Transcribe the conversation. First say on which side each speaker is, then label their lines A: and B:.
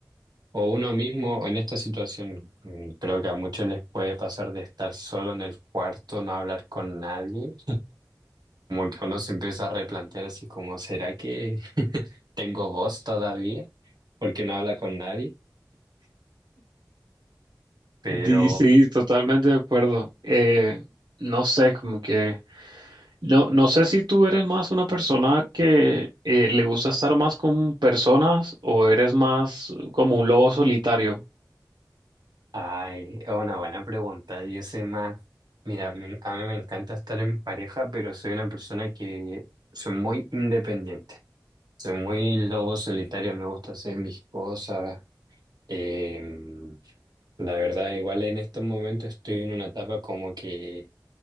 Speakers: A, on the right; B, on the right.
A: o uno mismo en esta situación, mm, creo que a muchos les puede pasar de estar solo en el cuarto, no hablar con nadie, como que uno se empieza a replantear así como, ¿será que <laughs> tengo voz todavía? Porque no habla con nadie. Pero,
B: Di- Sí, totalmente de acuerdo. Eh, no sé, como que... No, no sé si tú eres más una persona que eh, le gusta estar más con personas o eres más como un lobo solitario.
A: ay, es una buena pregunta. Yo soy más, mira, me- a mí me encanta estar en pareja, pero soy una persona que soy muy independiente. Soy muy lobo solitario, me gusta hacer mis cosas. Em, la verdad, igual en estos momentos estoy en una etapa como que